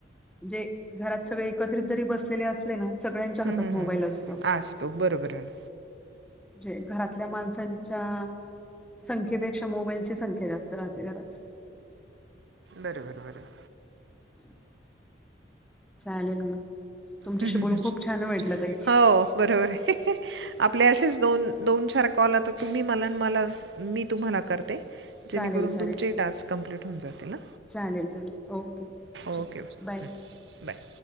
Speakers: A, in the centre; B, on the right.
A: जे घरात सगळे एकत्रित जरी बसलेले असले ना सगळ्यांच्या
B: हम्म,
A: हातात
B: हम्म,
A: मोबाईल
B: हम्म.
A: असतो.
B: असतो बरोबर आहे
A: म्हणजे घरातल्या माणसांच्या संख्येपेक्षा, मोबाईलची संख्या जास्त राहते घरात.
B: बरोबर बरोबर.
A: <inaudible> चालेल म, तुमच्याशी
B: हम्म, हम्म,
A: बोलून
B: हम्म.
A: खूप छान वाटल ताई.
B: हो बरोबर आहे. आपले असेच दोन दोन चार कॉल आता तुम्ही मला मला मी तुम्हाला करते. जेणेकरून
A: चालेल चालेल
B: तुमचेही टास्क कंप्लीट होऊन जातील ह.
A: चालेल चालेल ओके च
B: ओके हं.
A: बाय.
B: बाय.